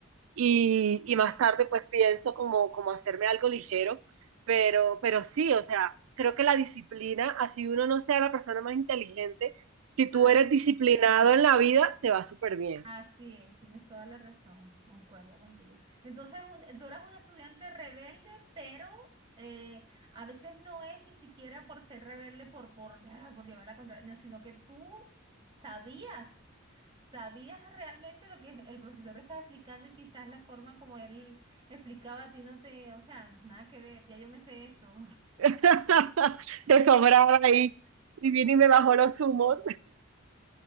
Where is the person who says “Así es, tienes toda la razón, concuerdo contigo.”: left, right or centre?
Right